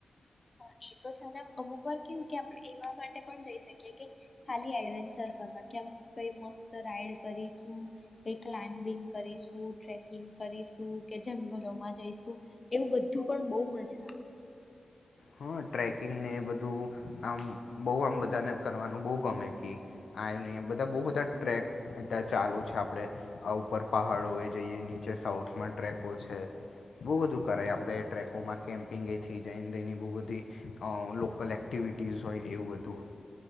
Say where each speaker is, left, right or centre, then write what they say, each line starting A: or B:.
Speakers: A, on the left (about 30°); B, on the left (about 80°).
A: હહ એ તો છે અને આમ અમુક વાર કેવું કે આપણે એવા માટે પણ જઈ શકીએ કે ખાલી એડવેન્ચર કરવા કેમ કઈ મસ્ત રાઈડ કરીશું, કઈ ક્લાઇમ્બિંગ કરીશું, ટ્રેકિંગ કરીશું કે જંગલોમાં જઈશું એવું બધું પણ બઉ મજા આવે.
B: હહ ટ્રેકિંગને એ બધું આમ બહુ આમ બધાને કરવાનું બહુ ગમે કે આ એ નહીં બધા બહુ બધા ટ્રેક અતારે ચાલુ છે આપણે અ ઉપર પહાડોએ જઈએ નીચે સાઉથમાં ટ્રેકો છે બહુ બધું કરાય આપણે ટ્રેકોમાં કેમ્પિંગ એથી જઈને બહુ બધી ધી અ લોકલ એક્ટિવિટીઝ હોય ને એવું બધું.